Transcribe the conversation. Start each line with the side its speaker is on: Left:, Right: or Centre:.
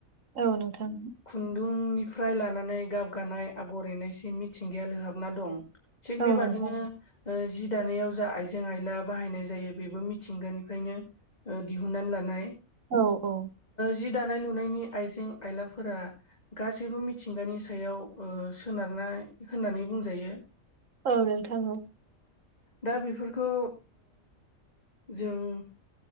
Right: औ नोंथां
Left: खुन्दुंनिफ्राय लानानै गाब गानाय आगर एनायसिम मिथिंगाया लोहाबना दं। थिग बेबादिनो।
Right: औ नोंथां
Left: जि दानायाव जा आइजें आयला बाहायनाय जायो बेबो मिथिंगानिफ्रायनो दिहुननानै लानाय।
Right: औ औ
Left: जि दानाय लुनायनि आइजें आयलाफोरा गासैबो मिथिंगानि सायाव सोनारनाय होननानै बुंजायो।
Right: औ नोंथां औ।
Left: दा बेफोरखौ जों